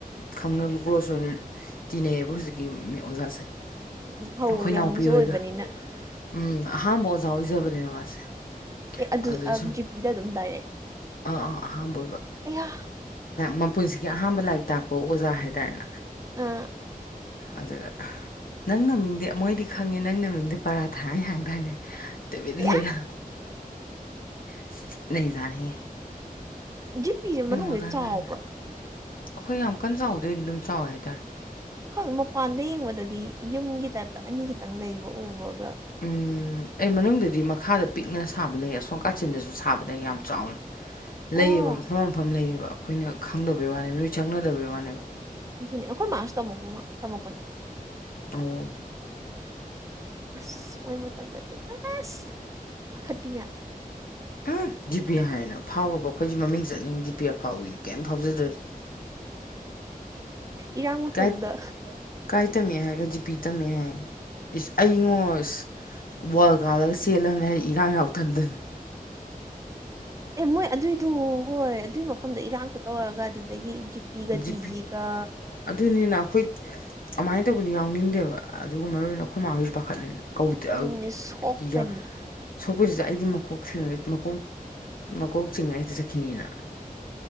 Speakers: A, on the left; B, on the right.
A: ꯈꯪꯅ ꯀ꯭ꯂꯣꯁ ꯑꯣꯏꯅ ꯇꯤꯅꯩꯕ ꯍꯧꯖꯤꯛꯀꯤ ꯑꯣꯖꯥꯁꯦ
B: ꯎꯝ ꯍꯧ
A: ꯑꯩꯈꯣꯏ ꯏꯅꯥꯎꯄꯤ
B: ꯌꯪꯁꯨ
A: ꯍꯣꯏꯒ
B: ꯑꯣꯏꯕꯅꯤꯅ
A: ꯎꯝ ꯑꯍꯥꯥꯟꯕ ꯑꯣꯖꯥ ꯑꯣꯏꯖꯕꯅꯦꯕ ꯃꯥꯁꯦ
B: ꯑꯦ ꯑꯗꯨ
A: ꯑꯗꯨꯗ ꯁꯨꯝ
B: ꯖꯤꯄꯤꯗ ꯑꯗꯨꯝ ꯗꯥꯏꯔꯦꯛ
A: ꯑꯥ ꯑꯥ ꯑꯍꯥꯟꯕ ꯑꯣꯏꯕ
B: ꯑꯩꯌꯥ
A: ꯃꯄꯨꯟꯁꯤꯒꯤ ꯑꯍꯥꯟꯕ ꯂꯥꯏꯔꯤꯛ ꯇꯥꯛꯄ ꯑꯣꯖꯥ ꯍꯥꯏꯇꯥꯔꯦ
B: ꯑꯥ
A: ꯑꯗꯨꯒ ꯅꯪ ꯅꯃꯤꯡꯗꯤ ꯃꯣꯏꯗꯤ ꯈꯪꯉꯦ ꯅꯪ ꯅꯃꯤꯡꯗꯤ ꯄꯔꯥꯊꯥꯅ ꯍꯥꯡꯗꯥꯏꯅꯦ ꯇꯨꯃꯤꯟ
B: ꯑꯌꯥ
A: ꯂꯩꯌꯨ ꯑꯁ ꯊꯤ ꯅꯩꯖꯥꯠꯅꯦꯍꯦ
B: ꯖꯤꯄꯤꯁꯦ ꯃꯅꯨꯡꯁꯦ
A: ꯃꯈꯥꯇꯥꯅ
B: ꯆꯥꯎꯕ꯭ꯔꯥ
A: ꯍꯣꯏ ꯌꯥꯝ ꯀꯟꯅ ꯆꯥꯎꯗꯦ ꯑꯗꯨꯝ ꯆꯥꯎꯋꯦ ꯍꯥꯏꯇꯥꯔꯦ
B: ꯈꯪꯗꯦ ꯃꯄꯥꯟꯗ ꯌꯦꯡꯕꯗꯗꯤ ꯌꯨꯝꯒꯤ ꯇꯥꯏꯞꯇ ꯑꯅꯤꯈꯇꯪ ꯂꯩꯕ ꯎꯕꯒ
A: ꯎꯝ ꯑꯦ ꯃꯅꯨꯡꯗꯗꯤ ꯃꯈꯥꯗ ꯄꯤꯛꯅ ꯁꯥꯕ ꯂꯩ ꯑꯁꯣꯝ ꯀꯥꯆꯤꯟꯗꯁꯨ ꯁꯥꯕ ꯂꯩ ꯌꯥꯝ ꯆꯥꯎꯅ ꯂꯩꯌꯦꯕ
B: ꯑꯣ
A: ꯃꯐꯝ ꯃꯐꯝ ꯂꯩꯌꯦꯕ ꯑꯩꯈꯣꯏꯅ ꯈꯪꯗꯕꯩ ꯋꯥꯅꯦꯕ ꯅꯣꯏꯅ ꯆꯪꯅꯗꯕꯩ ꯋꯥꯅꯦꯕ
B: ꯑꯗꯨꯅꯦ ꯑꯩꯈꯣꯏ ꯃꯥꯁꯨ ꯇꯝꯃꯛꯄ ꯇꯝꯃꯛꯄꯅꯦ
A: ꯑꯣ
B: ꯑꯁ ꯃꯣꯏ ꯃꯇꯝꯗꯗꯤ ꯑꯁ ꯑꯈꯠꯄꯤ ꯃꯌꯥꯝꯗꯣ
A: ꯎꯝ ꯖꯤ ꯄꯤ ꯍꯥꯏꯔꯦꯅ ꯐꯥꯎꯕꯨꯕ ꯑꯩꯈꯣꯏꯁꯨ ꯃꯃꯤꯡ ꯆꯠꯂꯤꯅꯤ ꯖꯤ ꯄꯤ ꯑꯐꯥꯎꯕꯤꯅ ꯀꯩꯝ ꯐꯥꯎꯖꯗ꯭ꯔꯁꯨ
B: ꯏꯔꯥꯡ ꯃꯇꯝꯗ
A: ꯀꯥꯏ ꯀꯥꯏ ꯇꯝꯃꯦ ꯍꯥꯏꯔꯒ ꯖꯤꯄꯤ ꯇꯝꯃꯦ ꯍꯥꯏ ꯏꯁ ꯑꯩꯉꯣ ꯑꯁ ꯋꯥꯔꯜ ꯀꯥꯜꯂꯒ ꯆꯦꯜꯂꯕꯅꯤ ꯑꯩ ꯏꯔꯥꯡ ꯌꯥꯎ ꯇꯟꯗꯅ
B: ꯑꯦ ꯃꯣꯏ ꯑꯗꯨꯏꯗꯨ ꯍꯣꯏ ꯑꯗꯨꯏ ꯃꯐꯝ ꯃꯐꯝꯗꯣ ꯏꯔꯥꯡ ꯈꯨꯠꯇꯧꯔꯒ ꯑꯗꯨꯗꯒꯤ ꯖꯤꯄꯤꯒ
A: ꯖꯤ
B: ꯇꯤ
A: ꯄꯤ
B: ꯖꯤꯒ
A: ꯑꯗꯨꯅꯤꯅ ꯑꯩꯈꯣꯏ ꯑꯗꯨꯃꯥꯏꯅ ꯇꯧꯕꯗꯨ ꯌꯥꯎꯅꯤꯡꯗꯦꯕ ꯑꯗꯨꯒ ꯃꯔꯨ ꯑꯣꯏꯅ ꯑꯩꯈꯣꯏ ꯃꯥꯍꯣꯏꯁꯨ ꯄꯥꯈꯠꯂꯤꯅꯤꯕ ꯀꯧꯗꯦ
B: ꯎꯝ
A: ꯑꯗꯨ
B: ꯁꯣꯛꯀꯅꯤ
A: ꯌꯥ ꯁꯣꯛꯄꯁꯤꯁꯨ ꯑꯩꯗꯤ ꯃꯀꯣꯛ ꯆꯤꯡꯉ ꯃꯀꯣꯛ ꯃꯀꯣꯛ ꯆꯤꯡꯉ ꯍꯦꯛꯇ ꯆꯠꯈꯤꯅꯤꯅ